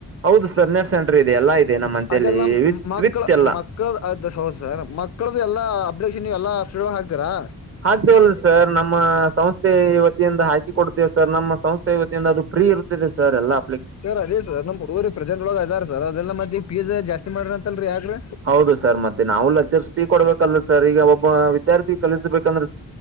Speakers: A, on the right; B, on the left.
A: ಹೌದು ಸರ್ ನೆಟ್ ಸೆಂಟರ್ ಇದೆ ಎಲ್ಲ ಇದೆ ನಮ್ಮ ಅಂತೇಳಿ
B: ಅದೆಲ್ಲ
A: ವಿತ್
B: ಮಕ್ಕಳ
A: ವಿತ್ ಎಲ್ಲ
B: ಮಕ್ಕಳ ಅದ ಸೋರ್ಸ್ ಮಕ್ಕಳ್ದು ಎಲ್ಲ ಅ್ರಕ್ಷನ್ ನೀ ಎಲ್ಲಾ ಫೀ ಹಾಕ್ತಾರಾ
A: ಆಕ್ವಲ್ಲ ಸರ್ ನಮ್ಮ ಸಂಸ್ಥೆ ವತಿಯಿಂದ ಹಾಕಿ ಕೊಡುತ್ತೇವೆ ಸರ್ ನಮ್ಮ ಸಂಸ್ಥೆತಿಯಿಂದ ಅದು ಫ್ರೀ ಇರುತ್ತದೆ ಸರ್ ಎಲ್ಲಾ
B: ಸರ್ ಅದೇ ಸರ್ ನಮ್ಮ್ ಹಡಗರಿ ಪ್ರೆಸೆಂಟ್ ಒಳ ಇದ್ದಾರೆ ಸರ್ ಅದೆಲ್ಲ ಮತ್ತೆ ಫೀಸ್ ಜಾಸ್ತಿ ಮಾಡ್ರಿ ಅಂತಲ್ರಿ ಯಾಕ್ರಿ
A: ಹೌದು ಸರ್ ಮತ್ತೆ ನಾವವುಲ್ಲಚರ್ರಿಸ ಪೀ ಕೊಡ್ಬೇಕಲ್ಲ ಸರ್ ಈಗ ಒಬ್ಬ ವಿದ್ಯಾರ್ಥಿ ಕಲಿಸ್ಬೇಕಂದ್ರೆ